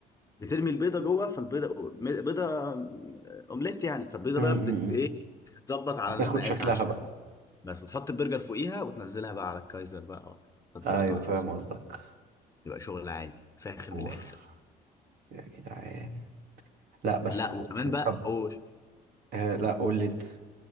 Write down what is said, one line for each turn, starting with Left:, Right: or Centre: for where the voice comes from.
Left: بترمي البيضه جوه فالبيضه بيضه اومليت يعني فالبيضه
Right: م-
Left: بقى
Right: م-
Left: بتت ايه
Right: م.
Left: بتتظبط على
Right: بتاخد
Left: المقاس
Right: شكلها
Left: على الشكل
Right: بقى
Left: بس وتحط البرجر فوقيها وتنزلها بقى على الكايزر بقى فبتبقى
Right: ايوه
Left: تحفه
Right: فاهم
Left: بصراحه
Right: قصدك
Left: بتبقى شغل عالي فاخر
Right: اوف
Left: من الاخر
Right: يا جدعان لا بس
Left: لا وكمان بقى
Right: طب
Left: قول
Right: آه، لا قول لي انت